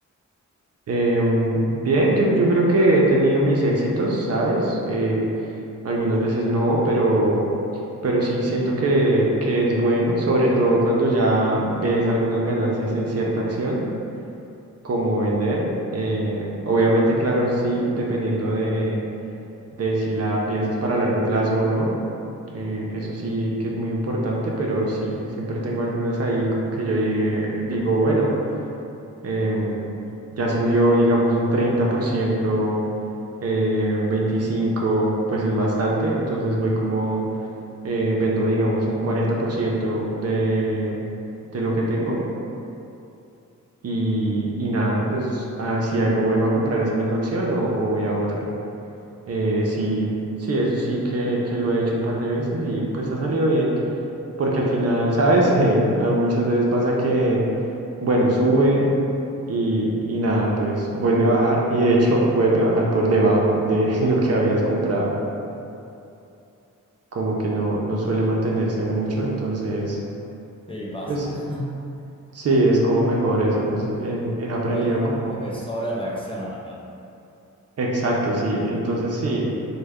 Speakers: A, on the right (about 50°); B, on the left (about 15°).
A: Em, bien, yo, yo creo que he tenido mis éxitos, ¿sabes? Eh, algunas veces no, pero, pero sí, siento que, que es bueno, sobre todo cuando ya ves algunas ganancias en cierta acción, como vender. Eh, obviamente, claro, sí, dependiendo de de si la piensas para largo plazo o no. Eh, eso sí que es muy importante, pero sí, siempre tengo algunas ahí como que yo eh, digo, bueno, em, ya subió, digamos, un 30%, eh, 25%, pues es bastante, entonces voy como, eh, vendo, digamos, un 40% de, de lo que tengo. Y, y nada, pues ah, si algo vuelvo a comprar esa misma acción o, o voy a otra. Eh, sí, sí, eso sí que, que lo he hecho un par de veces y pues ha salido bien, porque al final, ¿sabes? <laughs> Eh, a- muchas veces pasa que, bueno, sube y, y nada, pues vuelve a bajar y de hecho vuelve a bajar por debajo de <laughs> lo que habías comprado, como que no, no suele mantenerse mucho, entonces,
B: Sí, pasa.
A: pues sí,
B: <laughs>
A: sí, es como mejor eso, es- he, he aprendido
B: Por ahí uno
A: como,
B: como que sobre reacciona también.
A: exacto, sí, entonces sí,